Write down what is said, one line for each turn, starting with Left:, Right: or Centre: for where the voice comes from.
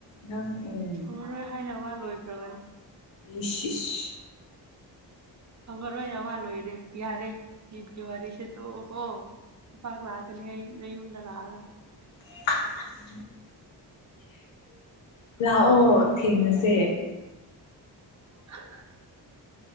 Left: ꯅꯪ ꯎꯝ
Right: ꯐꯪꯉꯔꯣꯏ ꯍꯥꯏꯅ ꯋꯥ ꯂꯣꯏꯈ꯭ꯔꯕꯅꯤ
Left: ꯏꯁ ꯢꯁ
Right: ꯐꯪꯉꯔꯣꯢ ꯑꯣꯏꯅ ꯋꯥ ꯂꯣꯏꯔꯦ ꯌꯥꯔꯦ ꯅꯤꯠ ꯀꯦ ꯋꯥꯔꯤꯁꯦ ꯇꯣꯛꯑꯣ ꯀꯣ ꯈꯨꯄꯥꯛ ꯂꯥꯛꯀꯅꯤ ꯑꯩꯩꯅ ꯌꯨꯝꯗ ꯂꯥꯛꯑꯒ
Left: <inaudible> ꯂꯥꯛꯑꯣ ꯊꯦꯡꯅꯁꯦ
Right: ꯑ <unintelligible>